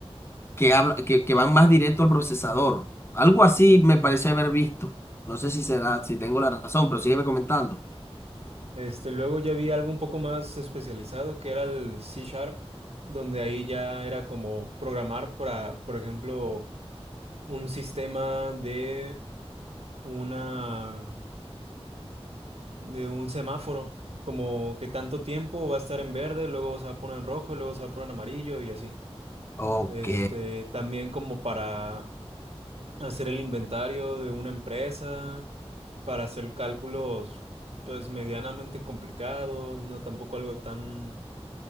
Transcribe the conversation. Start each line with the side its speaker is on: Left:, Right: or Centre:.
Left: que habla, que, que van más directo al procesador. Algo así me pareció haber visto. No sé si será, si tengo la razón, pero sígueme comentando.
Right: Este, luego ya vi algo un poco más especializado, que era el C Sharp, donde ahí ya era como programar para, por ejemplo, un sistema de una de un semáforo, como que tanto tiempo va a estar en verde, luego se va a poner en rojo, y luego se va a poner en amarillo y así.
Left: Ok.
Right: Este, también como para hacer el inventario de una empresa, para hacer cálculos pues medianamente complicados, no tampoco algo tan